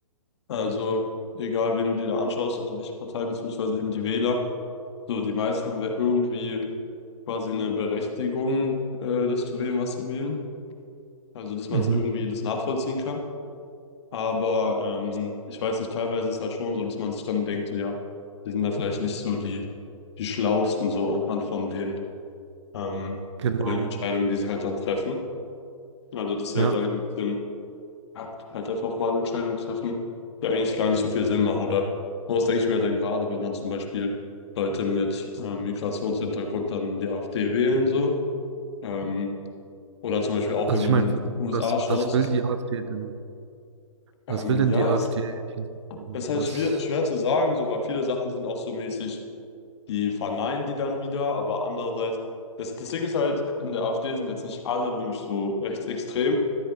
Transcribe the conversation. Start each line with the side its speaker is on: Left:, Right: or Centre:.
Left: Also, egal, wen du dir da anschaust, also welche Partei, beziehungsweise eben die Wähler, so die meisten haben ja irgendwie quasi eine Berechtigung, äh, das zu wählen, was sie wählen. Also, dass man
Right: Mhm.
Left: es irgendwie das nachvollziehen kann. Aber ähm, ich weiß nicht, teilweise ist es halt schon so, dass man sich dann denkt, so ja, die sind da vielleicht nicht so die, die Schlausten so anhand von den, ähm,
Right: Genau.
Left: von den Entscheidungen, die sie halt dann treffen. Also, dass sie
Right: Ja.
Left: halt dann so ein bisschen ja, halt einfach Wahlentscheidungen treffen, die eigentlich gar nicht so viel Sinn machen. Oder was denke ich mir dann gerade, wenn dann zum Beispiel Leute mit äh, Migrationshintergrund dann die AfD wählen, so. Ähm, Oder zum Beispiel auch,
Right: Also
Left: wenn
Right: ich
Left: du
Right: meine,
Left: in die USA
Right: was, was
Left: schaust.
Right: will die AfD denn?
Left: Ähm,
Right: Was will denn
Left: ja,
Right: die AfD?
Left: es
Right: hinten?
Left: ist halt
Right: Was?
Left: schwer, schwer zu sagen, so, weil viele Sachen sind auch so mäßig, die verneinen die dann wieder, aber andererseits, das, das Ding ist halt, in der AfD sind jetzt nicht alle wirklich so rechtsextrem,